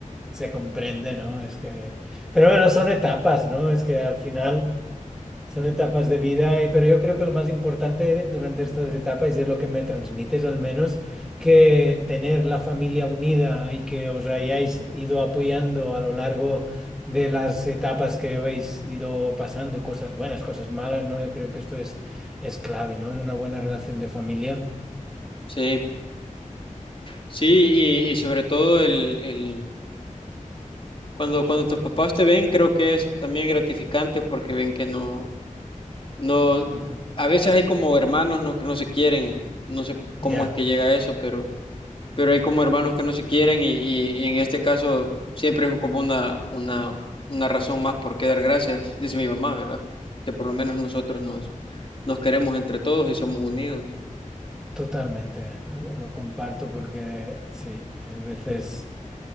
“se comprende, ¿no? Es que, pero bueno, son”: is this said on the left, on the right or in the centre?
Centre